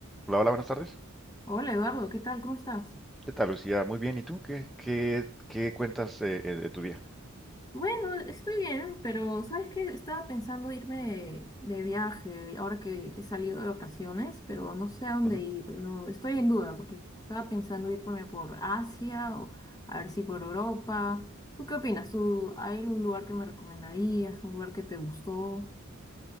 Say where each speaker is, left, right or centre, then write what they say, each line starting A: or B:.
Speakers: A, in the centre; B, on the left (about 20°).
A: Hola, hola, buenas tardes.
B: Hola Eduardo, ¿qué tal? ¿Cómo estás?
A: ¿Qué tal, Lucía? Muy bien. ¿Y tú? ¿Qué, qué, qué cuentas eh, eh, de tu día?
B: Bueno, estoy bien, pero ¿sabes qué? Estaba pensando irme de, de viaje ahora que, que he salido de vacaciones, pero no sé a dónde
A: Ujú.
B: ir. No, estoy en duda porque estaba pensando irme por Asia o a ver si por Europa. ¿Tú qué opinas? ¿Tú, hay algún lugar que me recomendarías? ¿Un lugar que te gustó?